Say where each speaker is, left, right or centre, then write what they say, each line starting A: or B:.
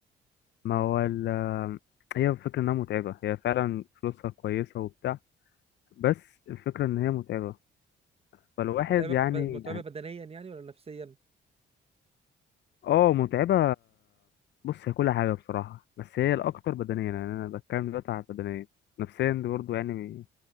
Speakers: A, on the left; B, on the right.
A: ما هو ال... هي الفكره انها متعبه هي فعلا فلوسها كويسه وبتاع بس الفكره ان هي متعبه فالواحد
B: متعبه
A: يعني
B: ب- متعبه بدنيا يعني ولا نفسيا
A: اه متعبة بص هي كل حاجة بصراحة بس هي الأكتر بدنيا يعني أنا بتكلم دلوقتي على البدنية نفسيا دي برضه يعني